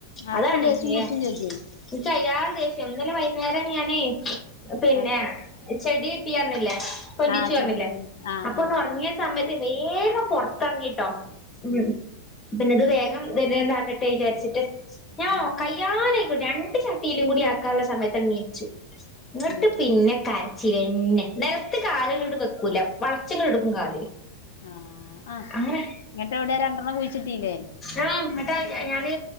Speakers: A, on the left; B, on the left.
A: ആഹ്
B: അതാാണ്
A: അപ്പം ദേഷ്യം പുടിച്ചും
B: ഏ
A: ചെജ്ജേ
B: <unintelligible> ദേശം ഇന്നലെ വൈകുന്നേരം ഞാനേ പിന്നെ
A: ആഹ്
B: ചെടി കിട്ടിർന്നില്ലേ പൊലിച്ച്
A: ആഹ്
B: പറഞ്ഞില്ലേ
A: ചെവിട്ടിയാണ് ആഹ്
B: അപ്പൊ
A: ആഹ്
B: ഒന്ന്റങ്ങിയ സമയത്ത് വേഗം പുൊറത്തിറങ്ങിട്ടോ ഉ
A: ഉം
B: പിന്നെ ഇത് വേഗം വന്നെന്താാക്കട്ടെ വിചാരിച്ചിട്ട് ഞാ
A: ആഹ്
B: കൈ ഞാന് ഇത്ര രണ്ട് ചട്ടിയിലും കൂടി ആക്കാനുള്ള സമയത്ത് ണീച്ചു ഇങ്ങിട്ട്
A: എണീറ്റു
B: പിന്നെ ക ച്ചന്നെ നിലത്ത് കാാല കട് വെക്കൂല വളച്ചങ്ങ എടുക്കും കാല്
A: ആഹ ആഹ്
B: അങ്ങനെ
A: ഇങ്ങട്ട അവിടെ രണ്ടെണ്ണം കുഴിച്ചിട്ടീല്ലേ
B: ആഹ എന്നട്ടാ ഞാന്